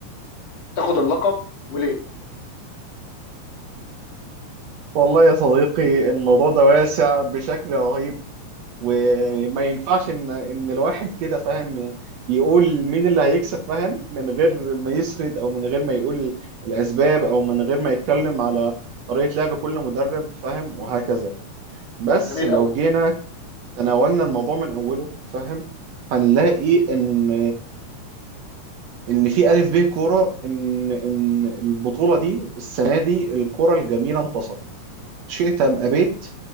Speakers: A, on the left; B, on the right.
A: تاخد اللقب وليه؟
B: والله يا صديقي الموضوع ده واسع بشكل رهيب وما ينفعش ان ان الواحد كده فاهم يقول مين اللي هيكسب فاهم من غير ما يسرد او من غير ما يقول الاسباب او من غير ما يتكلم على طريقة لعب كل مدرب فاهم وهكذا بس
A: جميل
B: لو
A: قوي.
B: جينا تناولنا الموضوع من اوله فاهم هنلاقي ان ان في الف ب كوره ان ان البطولة دي السنة دي الكوره الجميلة انتصرت شئت ام ابيت